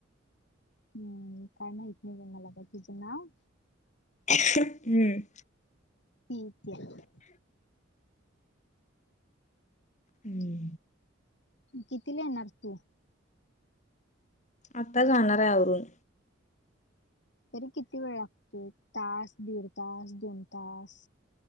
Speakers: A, on the left (about 60°); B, on the left (about 35°).
A: हम् काय माहीत नाही ब मला काय तिचं नाव.
B: हम्म.
A: प्रत <unintelligible>
B: हम्म.
A: कितीला येणार तू.
B: आता जाणार हाय आवरून.
A: तरी किती वेळ लागतो तास दीड तास दोन तास